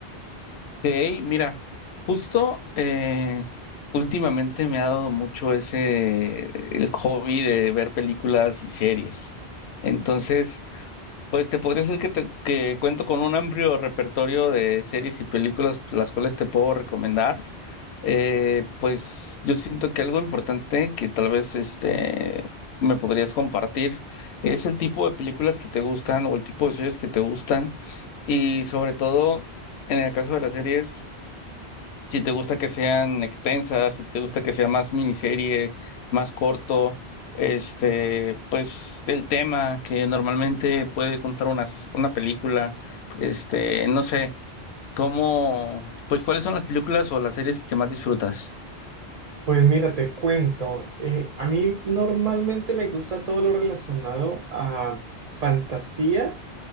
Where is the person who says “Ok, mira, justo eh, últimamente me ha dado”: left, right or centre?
Left